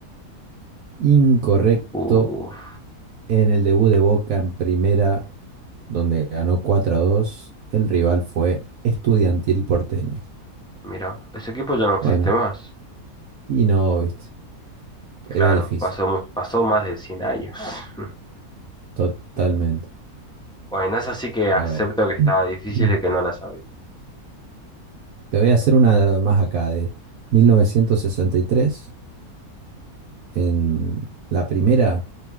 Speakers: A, on the right; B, in the centre.
A: Incorrecto
B: Uf,
A: en el debut de Boca en Primera donde ganó 4 a dos El rival fue Estudiantil Porteño.
B: mira, ese equipo ya no existe
A: Bueno,
B: más.
A: y no, viste,
B: Claro,
A: era difícil,
B: pasó, mu- pasó más de 100 años. <laughs>
A: totalmente.
B: Bueno, es así que acepto
A: A ver,
B: que estaba
A: <clears throat>
B: difícil
A: te
B: y que no la sabía.
A: voy a hacer una más acá, de 1963, en la primera